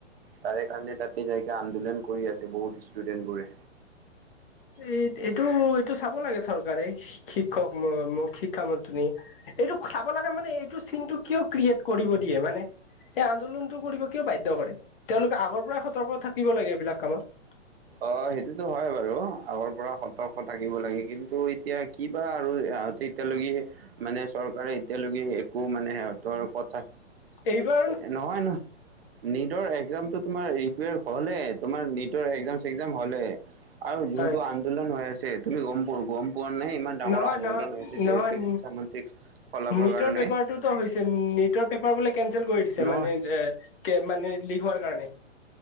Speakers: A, on the right; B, on the left.
A: তাৰে কাৰণে তাতে যাইকে, আন্দোলন কৰি আছে বহুত ষ্টুডেন্ট বোৰে।
B: এই এইটো এইটো চাব লাগে, চৰকাৰে শিক্ষক- শিক্ষামন্ত্ৰী এইটো চাব লাগে মানে, এইটো চিনটো কিয় ক্ৰিয়েট কৰিব দিয়ে মানে। এই আন্দোলনতটো কৰিব কিয় বাধ্য কৰে, তেওঁলোকে আগৰ পৰাই সতৰ্ক থাকিব লাগে, এইবিলাক কামত
A: অ, সেইটোতো হয় বাৰু, আগৰ পৰা সতৰ্ক থাকিব লাগে কিন্তু এতিয়া কিবা আৰু ইহঁতে এতিয়ালৈকে মানে চৰকাৰে এতিয়ালৈকে একো মানে, সিহঁতৰ কথা
B: এইবাৰ
A: এ, নহয়, নহ নিটৰ একজামটো তোমাৰ ৰিকোৱেৰ হ'লে, তোমাৰ নিটৰ একজাম-চেকজাম হ'লে। আৰু যোনটো
B: হয়
A: আন্দোলন হৈ আছে, তুমি গম পোৱা, গম পোৱা নাই ইমান ডাঙৰ
B: নহয়,
A: আন্দোলন
B: নহয়,
A: হৈছে যিহেতু
B: নহয়,
A: শিক্ষামন্ত্ৰীক সলাবৰ
B: নিটৰ
A: কাৰণে?
B: পেপাৰটোত <inaudible> হৈছে নীটৰ পেপাৰ বোলে, কেনচেল কৰি দিছে,
A: নহয়
B: মানে এ, কে মানে লিক হোৱাৰ কাৰণে।